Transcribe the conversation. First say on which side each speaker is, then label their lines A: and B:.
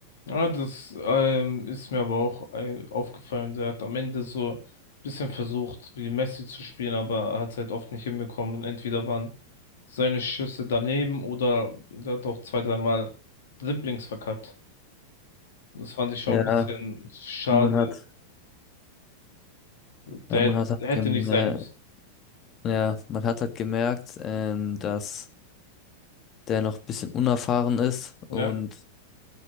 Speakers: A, on the left; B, on the left.
A: ah, das ähm, ist mir aber auch ein- aufgefallen. Der hat am Ende so ein bisschen versucht, wie Messi zu spielen, aber er hat es halt oft nicht hinbekommen. Und entweder waren seine Schüsse daneben oder er hat auch zwei, dreimal Dribblings verkackt. Das fand ich schon
B: Ja,
A: ein bisschen schade,
B: man hat,
A: Der,
B: äh, man
A: hätt-
B: hat, halt
A: der hätte
B: gemerkt,
A: nicht sein müssen.
B: Ja, man hat halt gemerkt, ähm, dass der noch ein bisschen unerfahren ist
A: Ja.
B: und